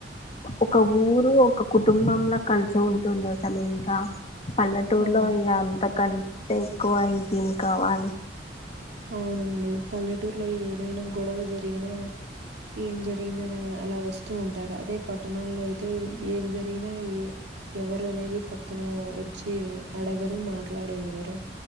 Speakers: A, on the left (about 35°); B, on the right (about 70°).
A: ఒక ఊరు ఒక కుటుంబంల కలిసి ఉంటుంది అసలు ఇంకా పల్లెటూరులో
B: హ్మ్.
A: ఇంక అంత కంటే ఎక్కువ ఇంకేం కావాలి
B: అవునండి పల్లెటూరులో ఏదైనా గొడవ జరిగినా ఏం జరిగిందని అలా వస్తూ ఉంటారు అదే పట్టణాల్లో అయితే ఏం జరిగినా ఎవరు అనేది పక్కన వచ్చి అడుగరు మాట్లాడరు ఎవ్వరు